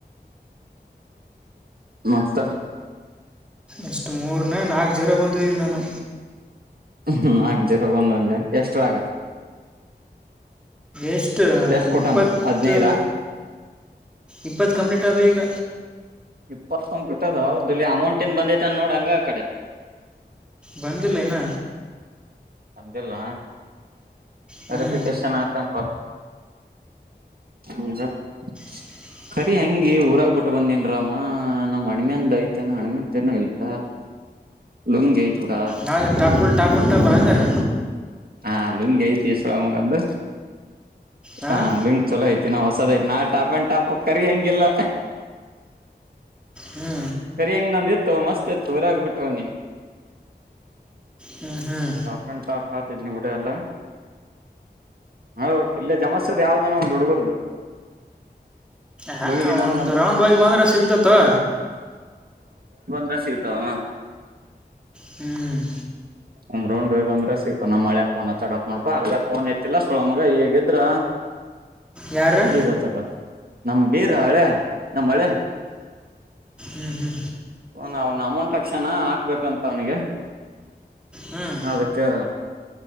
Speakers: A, on the right; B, in the centre.
A: ಮಕ್ತ
B: ಇಷ್ಟು ಮೂರನ ನಾಲ್ಕು ಜೀರ ಬಂದು ಈಗ ನಾನು
A: ಹ್ಮ್ ಆಗ್ ಜಿರ ಒಂದ್ ಒಂದೆ ಎಷ್ಟ್ರಾಗ
B: ಎಷ್ಟು
A: ಎಷ್ಟ್ ಕೊಟಾನ
B: ಇಪ್ಪತ್ತು
A: ಹದ್ನೈದ
B: ಇಪ್ಪತ್ತು ಕಂಪ್ಲೀಟ್ ಆದ ಈಗ
A: ಇಪ್ಪತ್ತೊಪ ಬಿಟ್ಟದ್ದಲ್ಲಿ ಅಮೌಂಟ್ ಏನ್ ಬಂದೈತ ಅನ್ ನೋಡಂಗ ಆ ಕಡೆ
B: ಬಂದಿದ್ದೆ ನ
A: ತಂದಿಲ್ಲ
B: ಹ್ಞೂ
A: ವೆರಿಫಿಕೇಶನ್ ಹಕನ್ <unintelligible>
B: <inaudible>
A: <inaudible> ಖರಿ ಹೆಂಗಿ ಊರಾಗ್ಬ ಬಿಟ್ಟು ಬಂದನ್ರಮ್ಮ ನಮ್ ಹಣ್ಮೆಂದ ಐತೆೇನ ಅಣ್ಮೆದನ ಇಲ್ಲ. ಲುಂಗಿ ಐತ್ ಬಿಡ
B: ನಾ ಟು ಟಫುಲ್ಟ ಬ ಹಂಗ್ರ
A: ಹಾಲ್ಲುನ್ಗೆ ಐತಿ ಸಳ ಮಗಂದು
B: ಹಾಂ
A: ಹಾ ಲಿಂಗಕ್ ಚಲೋ ಐತಿ ನಾಹೊಸದಐತಿ ನಾಳ ಟಪ್ ಅಂಡ್ ಟಾಪ್ ಕ ಹೆಗೆಲ್ಲ
B: ಹ್ಞೂ
A: ಸರಿ ಹಂಗ ನಂದಿತ್ತು ಮಸ್ತ್ ಇತ್ತು ಊರಾಗ ಬಿಟ್ಟುವ ನೀನ್
B: ಹ್ಞೂ ಹ್ಞೂ
A: ಟಾಪ್ ಅಂಡ್ ಟಾಪ್ ಹತಿದ್ ನಿವುಡ ಅಲ್ಲ ಹಳ್ ಇಲ್ಲ ಜಮಸದ್ ಯಾವ್ದೇನೋ ಒಂದು್ ಹುಡುಗರ್ದು
B: ಹಾ
A: ಲುಂಗಿ ನಂದಂತ್ರು
B: ಒಂದು ರೌಂಡ್ ಬೈಗೆ ಬಂದ್ರೆ ಸಿಗ್ತತ್ತು
A: ಎ ಸಿಗತಾವ
B: ಹ್ಮ್
A: ಉ್ರಂಡ ಹ ಬಂದ್ರೆ ಸಿಗ್ತ ನಮ್ಮ ಮಳೆ ಫೋನ್ ಹತ್ತಕತ್ ನೋಡ್ಕು ಆಗ್ಲೇ ಫೋನ್ ಐತಿಲ್ಲ ಸುಮಗ ಹ ಈಗಿದ್ರ
B: ಯಾರು
A: ಈಗಚ್ಚಕ ನಮ್ ಬೀರ ಹಳೆ ನಮ್ಮ ಹಳೆ.
B: ಹ್ಮ್ ಹ್ಮ್
A: ಅವ್ನ ಅವ್ನ ಅಮೌಂಟ್ ಅಕ್ಸ್ಯನ ಹಾಕ್ಬೇಕಂತ ಅವ್ನಿಗೆ
B: ಹ್ಮ್
A: ಅದಕ್ಕೆ.